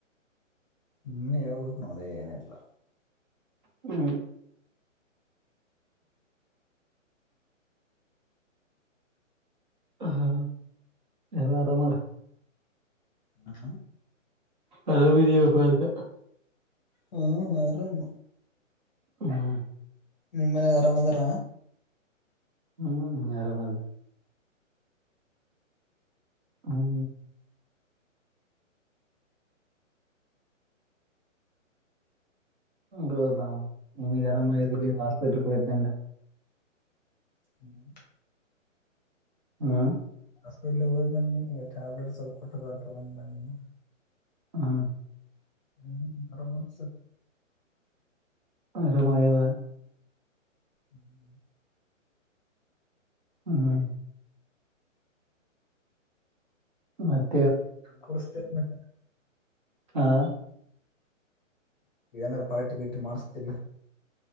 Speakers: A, on the left; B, on the right.
A: ಹ್ಮ್ ಹೇಳ್ಬೇಕು ನೋಡಿ ಏನಲ್ಲ
B: ಹ್ಮ್ ಹಾ ಎಲ್ಲ ರಮಲ್ಲ
A: ಹಕ
B: ಕರ ವಿರಿಾಪದೆ
A: ಹ್ಮ್ ಆರಾಮ
B: ಹಾ
A: ನಿಮ್ ಮನೆಾಗ ಆರಾಮ್ ಅದಾರ
B: ಹ್ಮ್ ನರನಲ್ಲ ಹ್ಮ ಹದಾ ನಿ ಗರಮಲ್ಲಿ ಹಾಸ್ಪಿಟಲ್ ಪಯರ್ತ
A: ಹ್ಮ್
B: ಹ್ಮ್
A: ಹಾಸ್ಪಿಟ್ಲ್ ಹೋಗಿ ಬನ್ನಿ ಈಗ ಟ್ಯಾಬ್ಲೆಟ್ಸ್ಗಿ ಕೊಟ್ಟತ ಬನ್ನಿ
B: ಹಾ
A: ಹ್ಮ್್ಮ ಮರ ಮತ
B: ಅರಮದಾ
A: ಹ್ಮ್
B: ಹ್ಮ್ ಹ
A: ಕುಡಸ್ತೇ ಮತ್ತೆ
B: ಹಾ
A: ಏನಾರರು ಪಾರ್ಟಿ ಗೀಟಿ ಮಾಡಸ್ತಿಲ್ಲ